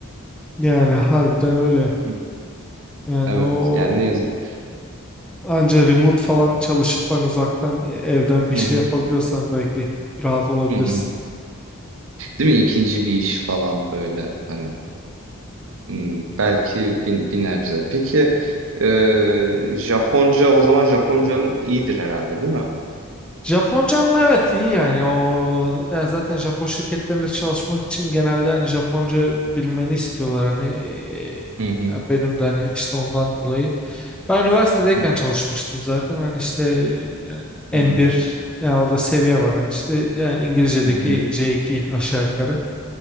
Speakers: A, in the centre; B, on the right.
A: Yani harbiden öyle.
B: Hı.
A: Yani
B: Evet
A: o
B: yani ne yazık.
A: anca remote falan çalışıp hani uzaktan e, evden bir
B: Hı
A: şey
B: hı,
A: yapabiliyorsan belki rahat olabilirsin.
B: hı hı. Değil mi? İkinci bir iş falan böyle hani. Hmm, belki bir, bir nebze. Peki e, Japonca o zaman Japoncanın iyidir herhalde değil mi?
A: Japoncam mı? Evet iyi yani o yani zaten Japon şirketlerinde çalışmak için genelde hani Japonca bilmeni istiyorlar hani e,
B: Hı hı
A: ya benim de hani işte ondan dolayı ben üniversitedeyken
B: hı
A: çalışmıştım zaten hani işte e, yani
B: hı
A: N1
B: hı
A: yani orada seviye var hani işte yani İngilizce'deki
B: hı hı.
A: C2 aşağı yukarı